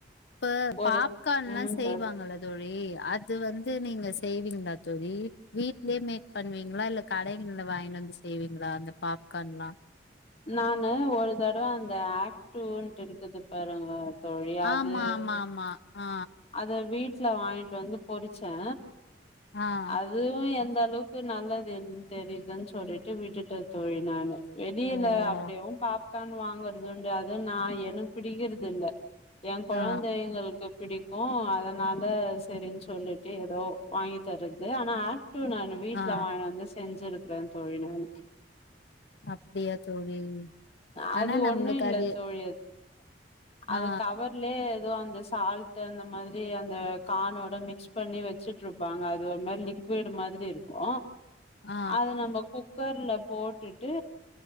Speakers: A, on the left; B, on the left.
A: இப்ப
B: ஒரு
A: பாப்கான்லா
B: ம்
A: செய்வாங்க
B: தோழி
A: இல்ல தோழி அது வந்து நீங்க செய்வீங்ளா தோழி வீட்லே மேக் பண்ணுவீங்ளா இல்ல கடைங்கல்ல வாங்கினு வந்து செய்வீங்ளா அந்த பாப்கான்லா
B: நானு ஒரு தடவ அந்த ஆக்ட் டூன்ட்டு இருக்குது பாருங்க தோழி அது
A: ஆமா ஆமா ஆமா அ
B: அத வீட்ல வாங்கிட்டு வந்து பொறிச்சே
A: அ
B: அதுவு எந்தளவுக்கு நல்லதுன் தெரிலன் சொல்லிட்டு விட்டுட்ட தோழி நானு வெளில
A: ஓ
B: அப்டியேவு பாப்கான் வாங்குறதுன்டு அது நா எனுக் பிடிக்கறது இல்ல எ கொழந்த
A: ஆ
B: எங்களுக்கு பிடிக்கு அதனால செரின் சொல்லிட்டு எதோ வாங்கி தரது ஆனா ஆக்ட் டூ நானு வீட்ல
A: ஆ
B: வாங்கினு வந்து செஞ்சிருக்ற தோழி நானு
A: அப்டியா தோழி
B: அது
A: ஆனா நம்மளுக்கு
B: ஒன்னு இல்ல
A: அது
B: தோழி அது
A: ஆ
B: கவர்லே எதோ அந்த சால் ட்டு அந்த மாரி அந்த கானோட மிக்ஸ் பண்ணி வெச்சிட்ருப்பாங்க அது ஒரு மாரி லிக்விடு மாத்ரி இருக் கு
A: ஆ
B: அது நம்ப குக்கர்ல போட்டுட்டு